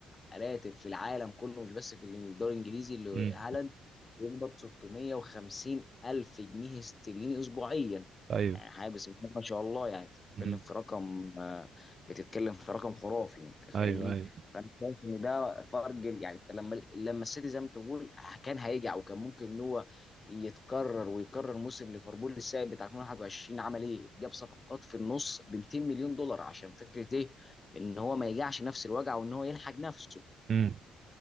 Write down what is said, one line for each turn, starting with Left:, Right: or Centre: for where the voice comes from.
Left: راتب في العالم كله مش بس في الدوري الانجليزي اللي
Right: امم
Left: هالاند بيقبض 650 الف جنيه استرليني اسبوعيا
Right: ايوه
Left: يعني حاجه بسم الله ما شاء الله يعني بتتكلم
Right: امم
Left: في رقم آه، بتتكلم في رقم خرافي انت
Right: ايوه
Left: فاهمني
Right: ايوه
Left: فانا شايف ان ده فرق يعني لما لما السيتي زي ما تقول كان هيجي او كان ممكن ان هو يتكرر ويكرر موسم ليفربول السابق بتاع 2021 عمل ايه؟ جاب صفقات في النص ب 200 مليون دولار عشان فكره ايه؟ ان هو ما يجعش نفس الوجع وان هو يلحق نفسه
Right: امم